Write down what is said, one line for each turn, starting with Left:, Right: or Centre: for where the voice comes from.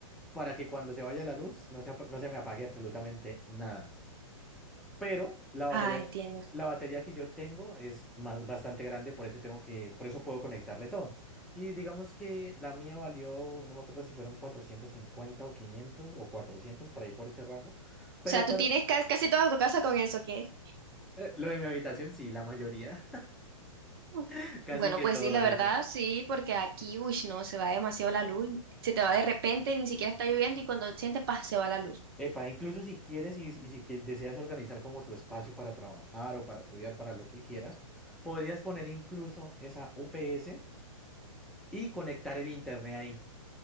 Centre: para que cuando se vaya la luz no se, apa- no se me apague absolutamente nada. pero la batería,
Right: Ah, entiendo.
Centre: que-
Right: O
Centre: la batería que yo tengo es más bastante grande, por eso tengo que, por eso puedo conectarle todo. Y digamos que la mía valió, no me acuerdo si fueron 450 o 500 o 400 por ahí por ese rango, pero
Right: sea, tú
Centre: para
Right: tienes ca- casi toda tu casa con eso, ¿qué?
Centre: eh, lo de mi habitación sí, la mayoría,
Right: Mm.
Centre: <laughs> casi
Right: Bueno,
Centre: que
Right: pues
Centre: todo
Right: sí, la
Centre: de
Right: verdad,
Centre: hecho.
Right: sí, porque aquí, uy, no, se va demasiado la luz. Se te va de repente, ni siquiera está lloviendo y cuando sientes, paz, se va la luz.
Centre: Epa, incluso si quieres y, y si que- deseas organizar como tu espacio para trabajar o para estudiar, para lo que quieras, podrías poner incluso esa UPS y conectar el internet ahí.